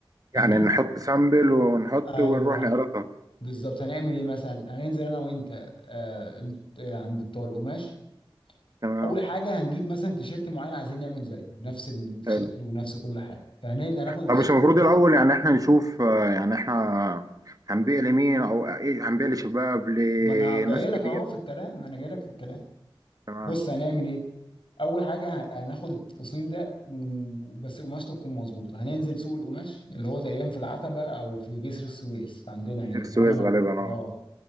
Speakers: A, on the left; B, on the right.
A: هنجيب
B: يعني نحط سامبل ونحط
A: ايوه
B: ونروح نعرضها
A: بالظبط هنعمل ايه مثلا هننزل انا وانت آه آه، عند بتوع القماش
B: تمام
A: اول حاجه هنجيب مثلا تيشيرت معين عايزين نعمل زيه نفس الشكل
B: حلو
A: ونفس كل حاجه فهناخد
B: طب مش المفروض الاول يعني احنا نشوف آه، يعني احنا هنبيع لمين او ايه هنبيع لشباب لناس
A: ما انا جاي لك
B: كبيره
A: اهو في الكلام ما انا جاي لك في الكلام
B: تمام
A: بص هنعمل ايه اول حاجه هناخد التصميم ده ون- بس قماشته تكون مظبوطه هننزل سوق القماش اللي هو تقريبا في العتبه او في جسر السويس عندنا هنا
B: جسر السويس
A: تمام انا
B: غالبا
A: و- اه
B: اه